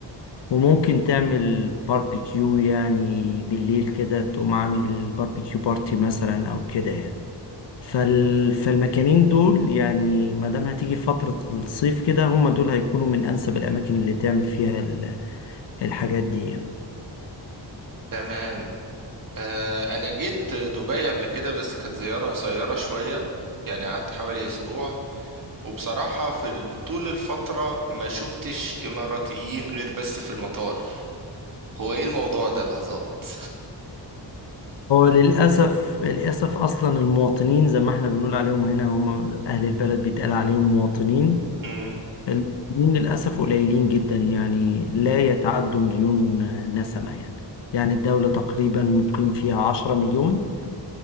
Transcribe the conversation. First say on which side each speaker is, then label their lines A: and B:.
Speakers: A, on the left; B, on the right.
A: وممكن تعمل باربيكيو يعني بالليل كده تقوم عامل باربيكيو بارتي مثلا او كده يعني فال... فالمكانين دول يعني ما دام هتيجي فترة الصيف كده هم دول هيكونوا من انسب الاماكن اللي تعمل فيها ال- الحاجات دي يعني.
B: تمام آه أنا جيت دبي قبل كده بس كانت زيارة قصيرة شوية يعني قعدت حوالي أسبوع وبصراحة في ال- طول الفترة ما شفتش إماراتيين غير بس في المطار هو إيه الموضوع ده بالظبط؟
A: هو للأسف للأسف أصلا المواطنين زي ما احنا بنقول عليهم هنا هم أهل البلد بيتقال عليهم مواطنين
B: <laughs>
A: المواطنين للأسف قليلين جدا يعني لا يتعدوا مليون نسمة يعني يعني الدولة تقريبا مقيم فيها عشرة مليون